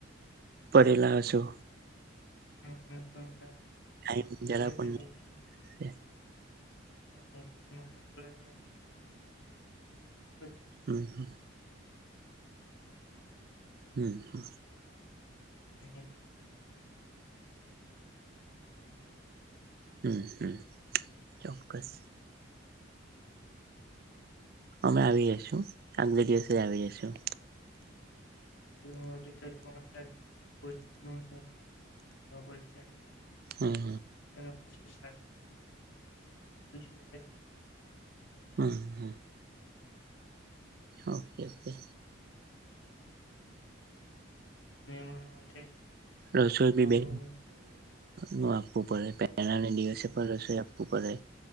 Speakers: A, on the right; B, on the left.
A: પડેલા હસો.
B: હ અમે પણ થોડું થોડું
A: ટાઈમ
B: કામ કર્યા
A: જરા પણ
B: કરીએ છીએ.
A: હમ
B: હ એલે, માને થોડા થડા મિત્રો ને ફોન કરીને હું જણાવ.
A: હમ
B: <unintelligible>
A: હમ, હા.
B: એ લોકો એ પણ બે ત્રણ દિવસની રજા મૂકીને છે અમારા માટે.
A: હમ, હમ, ચોક્કસ. અમે આવી જઈશું, આગલે દિવસે આવી જશું.
B: ત્યારે ત્રણ ચાર દિવસ નું ભોજન નુ, સોમવાર. કરવા પડશે.
A: હમ, હ.
B: શાકભાજી લાવવા જવાનું, બધુજ બધા જ કામ કરવાનું હોય છે.
A: હા, હ. Okay, okay.
B: મહેમાનો માટે સવારનો નાસ્તો
A: રસોઈ
B: બનાવવાનો
A: બી બે નું આપ. ઉભો રે, પેહેલા ના દિવસે પણ રસોઈ આપવુ પડે.